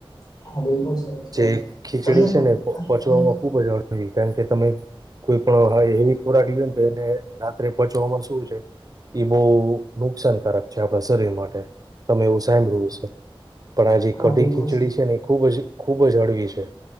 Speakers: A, on the left; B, on the right.
A: હા બિલકુલ સાચી
B: જે
A: વાત
B: ખીચડી
A: તમને
B: છે
A: ખબર
B: ને પચવામાં
A: તમને ખ-
B: ખુબ જ હળવી કારણ કે તમે કોઈ પણ હેવી ખોરાક લ્યોને તો એને રાત્રે પચવામાં એવુ છે એ બઉ નુકસાનકારક છે આપણા શરીર માટે તમે એવું સાંભળ્યું હશે પણ આ જે
A: હા
B: કઢિ
A: બિલકુલ
B: ખીચડી
A: સાચી
B: છે ને
A: વાત
B: એ ખુબ જ ખુબ જ હળવી છે